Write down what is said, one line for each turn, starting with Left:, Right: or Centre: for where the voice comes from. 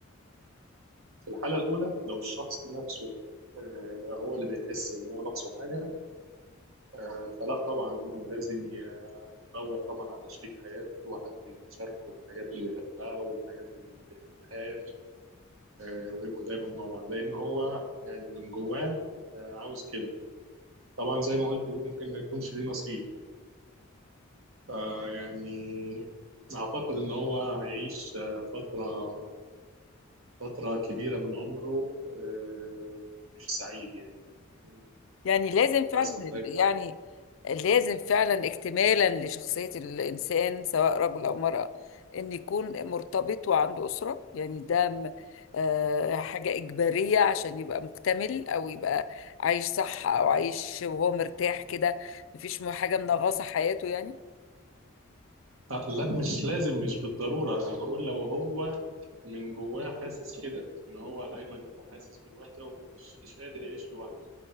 Right: ففي الحالة الأولى لو الشخص نفسه آه هو اللي بيحس ان هو ناقصه حاجة آه فلا طبعا لازم ي- يدور طبعا على شريك حياته وحد يشاركه الحاجات اللي بيحبها والحاجات اللي ما بيحبهاش آه، ويبقوا دايما مع بعض لان هو يعني من جواه آه، عاوز كده طبعا زي ما قلت ممكن ما يكونش ليه نصيب فيعني اعتقد ان هو هيعيش آه، فتره فتره كبيره من عمره آه، مش سعيد يعني يكون
Left: يعني لازم
Right: للاسف
Left: فعلا
Right: ده
Left: يعني لازم فعلا اكتمالا لشخصية الإنسان سواء رجل أو امرأة إن يكون مرتبط وعنده أسرة يعني ده م- آه، حاجة إجبارية عشان يبقى مكتمل أو يبقى عايش صح أو عايش وهو مرتاح كده مفيش م- حاجة منغصة حياته يعني
Right: آه، لا مش لازم مش بالضروره انا بقول لو هو من جواه حاسس كده ان هو دايما حاسس بالوحده ومش مش قادر يعيش لوحده